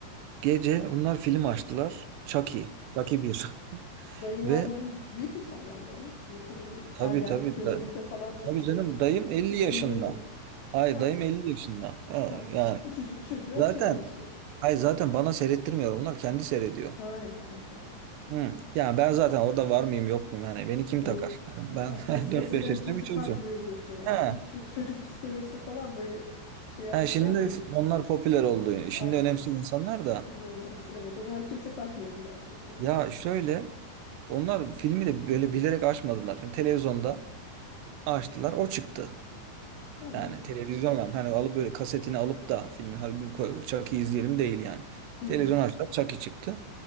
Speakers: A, on the right; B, on the left.
A: Gece bunlar film açtılar. Chucky. Chucky bir <laughs>
B: Dayınlar
A: Ve
B: dedim büyük mü senden dayın? Yoksa böyle
A: tabii
B: ergenlik
A: tabii
B: döneminde
A: da,
B: falan da
A: tabii
B: bilerek
A: canım
B: si-
A: dayım 50
B: pisliğine
A: yaşında.
B: mi?
A: Hayır
B: Ha,
A: dayım 50 yaşında. Ha,
B: ha.
A: yani
B: Küçücük çocuğa
A: zaten
B: şey açtı.
A: hayır zaten bana seyrettirmiyor. Bunlar kendi seyrediyor.
B: Ha kendi seyredi.
A: Hı.
B: Tamam.
A: Yani ben zaten orada var mıyım yok muyum? Yani beni kim
B: O,
A: takar? Yani ben
B: es-
A: <laughs>
B: eskiden
A: dört beş yaşında
B: kimse
A: bir çocuğum.
B: takmıyordu şeyi ama
A: Ha,
B: değil mi? Şimdi çocuk psikolojisi falan böyle şey yapmıyorlar
A: ha şimdi
B: ya hiç.
A: onlar popüler oldu.
B: Aynen.
A: Şimdi önemsiyor insanlar da.
B: Şimdi önemsiz. Evet. O zaman kimse takmıyordu gerçekten.
A: Ya şöyle onlar filmi de böyle bilerek açmadılar. Şimdi televizyonda açtılar o çıktı.
B: Tamam.
A: Yani televizyon yani hani alıp böyle kasetini alıp da filmin hadi bir ko- Chucky'yi izleyelim değil yani.
B: Hı.
A: Televizyon açtılar Chucky çıktı